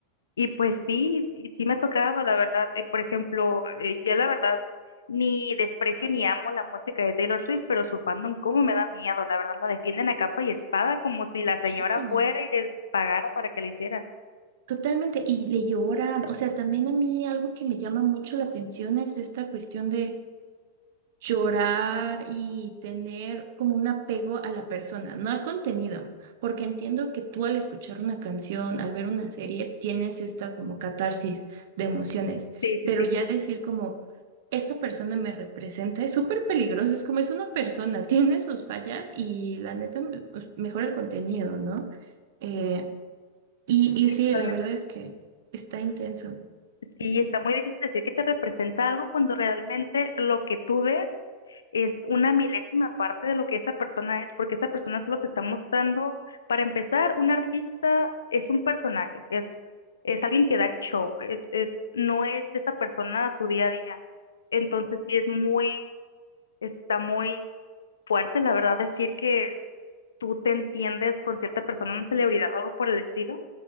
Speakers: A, on the left; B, on the right.
A: y pues sí, y sí me ha tocado, la verdad. Y, por ejemplo, eh, yo la verdad ni desprecio ni amo la música de Taylor Swift, pero su fandom, cómo me da miedo, la verdad, la defienden a capa y espada como si
B: Muchísimo.
A: la señora fuera y les pagara para que la hicieran.
B: Totalmente, y le lloran, o sea, también a mí algo que me llama mucho la atención es esta cuestión de llorar y tener como un apego a la persona, no al contenido, porque entiendo que tú al escuchar una canción, al ver una serie, tienes esta como catarsis de emociones,
A: Sí,
B: pero
A: sí, sí.
B: ya decir como, esta persona me representa, es súper peligroso, es como es una persona, <laughs> tiene sus fallas y la neta, pues, mejor el contenido, ¿no? Eh, y,
A: Sí,
B: y sí,
A: totalmente.
B: la verdad es que está intenso.
A: Sí,
B: Ujú,
A: está muy difícil decir que te representa algo cuando realmente lo que tú ves es una milésima parte de lo que esa persona es, porque esa persona solo te está mostrando, para empezar, un artista es un personaje, es, es alguien que da show, es, es, no es esa persona a su día a día. Entonces sí es muy, está muy fuerte, la verdad, decir que tú te entiendes con cierta persona, una celebridad o algo por el estilo